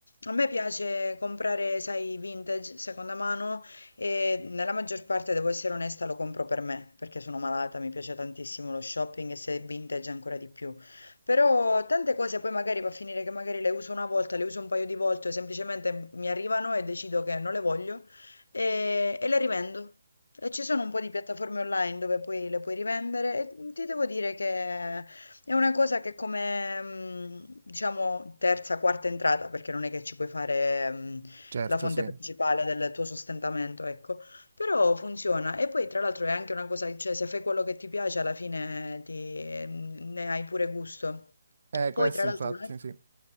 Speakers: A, on the left; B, on the right.
A: A me piace comprare, sai, vintage, seconda mano e nella maggior parte, devo essere onesta, lo compro per me, perché sono malata, mi piace tantissimo lo shopping e se è vintage ancora di più. Però tante cose poi magari va a finire che magari le uso una volta, le uso un paio di volte, o semplicemente mi arrivano e decido che non le voglio e, e le rivendo. E ci sono un po' di piattaforme online dove poi le puoi rivendere e ti devo dire che è una cosa che come, mh, diciamo, terza, quarta entrata, perché non è che ci puoi fare, mh,
B: Certo,
A: la fonte
B: sì.
A: principale del tuo sostentamento, ecco, però funziona. E poi tra l'altro è anche una cosa, cioè se fai quello che ti piace alla fine ti- mm, ne hai pure gusto.
B: Eh, questo
A: Poi tra
B: infatti,
A: l'altro... un altro-
B: sì.